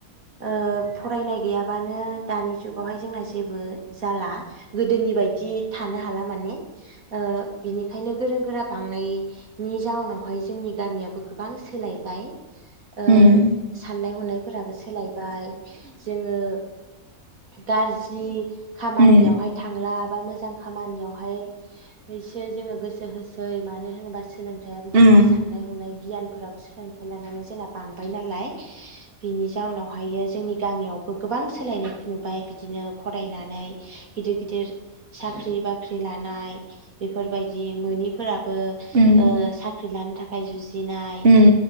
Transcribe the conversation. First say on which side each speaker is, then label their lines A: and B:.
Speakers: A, on the right (about 70°); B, on the right (about 45°).
A: ओ फरायनाय गैयाब बानो दानि जुगावहाय जोंना जेबो जाला गोदोनि बायदि थानो हाला माने। ओ बिनिखायनो गोरों गोरा बांनायनि जाउनावहाय जोंनि गामियाबो गोबां सोलायबाय। ओ
B: उम
A: साननाय हनाय फोराबो सोलाय बाय जोङो गारज्रि खामानियावहाय
B: उम
A: थांलाब बा मोजां खामानियावहाय हैसो जोङो गोसो होसै मानो होनोबा सोलोंथाइयाबो जोंना
B: उम
A: साननाय हनाय गियानफ्राबो सोलोंथाइ लानानै जोंना बांबाय नालाय बिनि जाउनावहायो जोंनि गामियावबो गोबां सोलायनायखौ नुबाय बिदिनो फरायनानै गिदिर गिदिर साख्रि बाख्रि लानाय बेफोरबायदि मोनिफोरा बो
B: उम
A: ओ साख्रि लानो था खाय जुजि नाय
B: उम